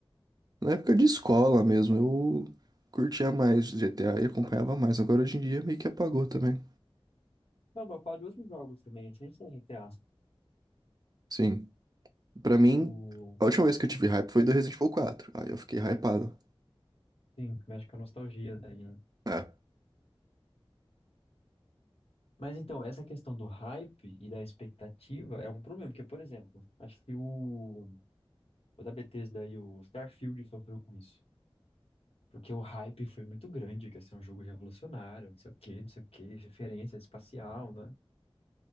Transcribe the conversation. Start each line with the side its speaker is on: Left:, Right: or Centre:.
Right: Na época de escola mesmo, eu curtia mais GTA e acompanhava mais. Agora hoje em dia meio que apagou também.
Left: Não, mas eu falo de outros jogos também, assim, sem ser GTA.
Right: Sim. Pra mim,
Left: Tipo,
Right: a última vez que eu tive hype foi do Resident Evil 4. Aí eu fiquei hypado.
Left: sim, mexe com a nostalgia daí. né?
Right: É.
Left: Mas então, essa questão do hype e da expectativa é um problema, porque, por exemplo, acho que o, o da Bethesda aí, o Starfield sofreu com isso. Porque o hype foi muito grande, que ia ser um jogo revolucionário, não sei o quê, não sei o quê, referência espacial, né?